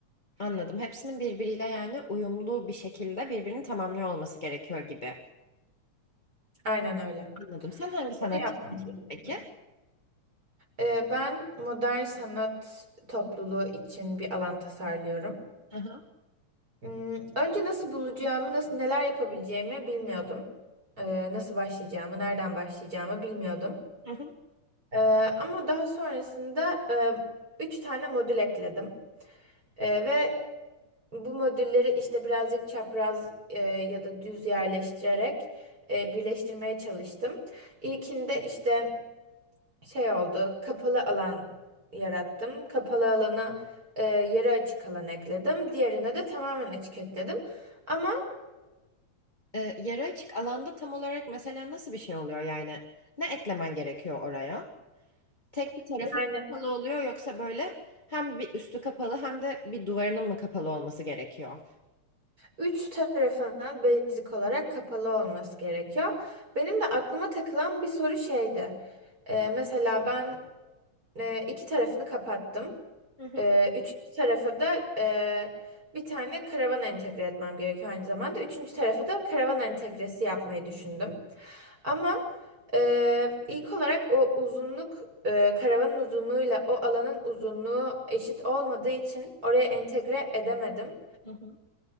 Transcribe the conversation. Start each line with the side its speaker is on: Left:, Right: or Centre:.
Left: Anladım. Hepsinin birbiriyle yani uyumlu bir şekilde birbirini tamamlıyor olması gerekiyor gibi.
Right: Aynen öyle.
Left: Anladım. Sen hangi sanatçı
Right: Bunu yapman
Left: seçtin
Right: gerekiyor.
Left: peki?
Right: E, ben modern sanat topluluğu için bir alan tasarlıyorum.
Left: Hı hı.
Right: Hmm, Önce nasıl bulacağımı, nasıl neler yapabileceğimi bilmiyordum. E, nasıl başlayacağımı, nereden başlayacağımı bilmiyordum.
Left: Hı hı.
Right: Ee, ama daha sonrasında e, üç tane modül ekledim. Ee, ve bu modülleri işte birazcık çapraz e, ya da düz yerleştirerek e, birleştirmeye çalıştım. İlkinde işte şey oldu, kapalı alan yarattım. Kapalı alana e, yarı açık alan ekledim. Diğerine de tamamen açık ekledim. Ama
Left: Ee, yarı açık alanda tam olarak mesela nasıl bir şey oluyor yani? Ne eklemen gerekiyor oraya? Tek bir tarafı
Right: yani
Left: mı kapalı oluyor yoksa böyle hem bir üstü kapalı hem de bir duvarının mı kapalı olması gerekiyor?
Right: Üç tarafının basic olarak kapalı olması gerekiyor. Benim de aklıma takılan bir soru şeydi. Ee, mesela ben e, iki tarafını kapattım.
Left: Hı hı.
Right: Ee, üçüncü tarafa da e, bir tane karavan entegre etmem gerekiyor aynı zamanda. Üçüncü tarafa da karavan entegresi yapmayı düşündüm. Ama e, ilk olarak o uzunluk e, karavanın uzunluğuyla o alanın uzunluğu eşit olmadığı için oraya entegre edemedim.
Left: Hı hı.